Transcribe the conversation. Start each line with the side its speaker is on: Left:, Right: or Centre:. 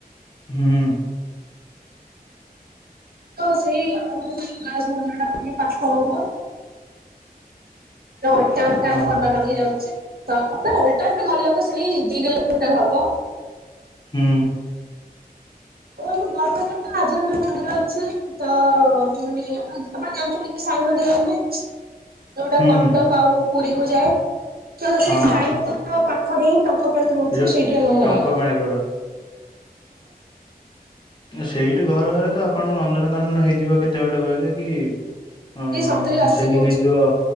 Left: ହୁଁ।
Right: ତ ସେଇ <unintelligible> ମନ୍ଦର ଟା ଟିକେ ପାଖ ହବ। <inaudible> ଆବେ
Left: ଓହୋ
Right: ଓଲଟା ଗଲ ଲାଗୁ ସେଇ ଦି କିଲୋମିଟର ଟା ହବ।
Left: ହୁଁ।
Right: <inaudible> ତ <unintelligible> ଆପଣ ଜାଣିଛନ୍ତି ସାଇ ମନ୍ଦିର ରୁହେ। ଯୋଉଟା
Left: ହୁଁ
Right: କଟକ
Left: ହୁଁ
Right: ଆଉ ପୁରୀକୁୁ ଯାଏ <inaudible> ସେଇ
Left: ହଁ
Right: ସାଇ ମନ୍ଦିର ପାଖ ଦେଇ। ଟଙ୍କ ପାଣି ରହୁଥିବ
Left: ଏ ଯୋଉ
Right: ସେଇଠି ଆମ ଘର।
Left: ଟଙ୍କ ପାଣି ରୋଡ ସେଇଠୁ ଘର ହେଲେ ତ ଆପଣଙ୍କ ନନ୍ଦନ କାନନ ହେଇଯିବ କେତେ ବାଟେ କହିଲେ କି ଉଁ
Right: ଏଇ ସତୁରି ଅଶୀ
Left: ସେଇ
Right: କହୁଛି।
Left: ହେଇଯିବ।